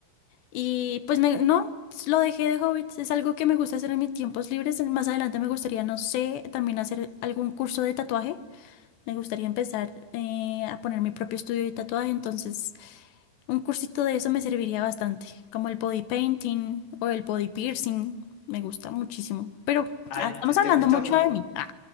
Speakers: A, on the left; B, on the left.
A: Y pues me, no, lo dejé de hobby. Es algo que me gusta hacer en mis tiempos libres. Más adelante me gustaría, no sé, también hacer algún curso de tatuaje. Me gustaría empezar eh, a poner mi propio estudio de tatuaje. Entonces, un cursito de eso me serviría bastante. Como el body painting o el body piercing. Me gusta muchísimo. Pero
B: Ay,
A: ah, estamos
B: ¿te, te
A: hablando
B: gusta
A: mucho
B: mucho?
A: de mí. <laughs> Ah,